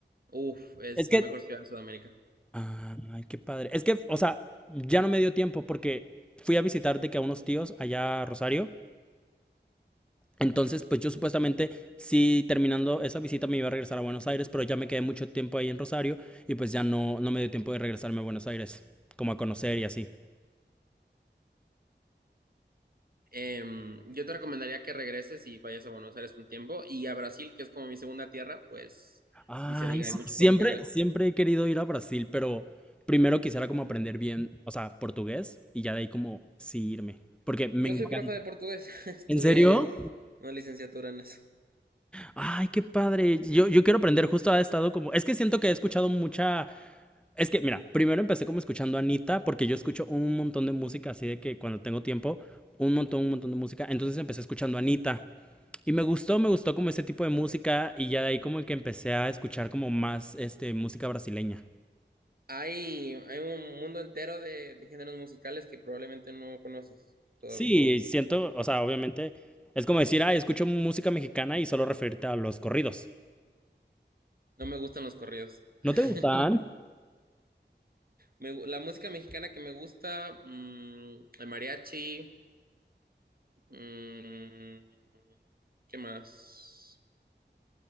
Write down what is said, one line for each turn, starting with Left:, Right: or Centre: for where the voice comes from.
Right: Uf, es
Centre: es que...
Right: la mejor ciudad de Sudamérica.
Centre: Ay, qué padre. Es que, o sea, ya no me dio tiempo porque fui a visitar de que a unos tíos allá a Rosario. Entonces, pues yo supuestamente, sí, terminando esa visita me iba a regresar a Buenos Aires, pero ya me quedé mucho tiempo ahí en Rosario y pues ya no, no me dio tiempo de regresarme a Buenos Aires, como a conocer y así.
Right: Em, yo te recomendaría que regreses y vayas a Buenos Aires un tiempo y a Brasil, que es como mi segunda tierra, pues
Centre: Ay,
Right: ni se diga,
Centre: sí,
Right: hay muchas
Centre: siempre,
Right: cosas que ver.
Centre: siempre he querido ir a Brasil, pero primero quisiera como aprender bien, o sea, portugués y ya de ahí como sí irme, porque me
Right: Yo
Centre: encanta.
Right: soy profe de portugués, <laughs> estudié
Centre: ¿En serio?
Right: una licenciatura en eso.
Centre: Ay, qué padre. Yo, yo quiero aprender, justo ha estado como, es que siento que he escuchado mucha Es que, mira, primero empecé como escuchando a Anita, porque yo escucho un montón de música, así de que cuando tengo tiempo, un montón, un montón de música. Entonces empecé escuchando a Anita. Y me gustó, me gustó como ese tipo de música, y ya de ahí como que empecé a escuchar como más, este, música brasileña.
Right: Hay, hay un mundo entero de, de géneros musicales que probablemente no conoces todavía.
Centre: Sí, siento, o sea, obviamente, es como decir, ay, escucho música mexicana y solo referirte a los corridos.
Right: No me gustan los corridos.
Centre: ¿No
Right: <laughs>
Centre: te gustan?
Right: Me gu- la música mexicana que me gusta, mm, el mariachi, mm, ¿qué más?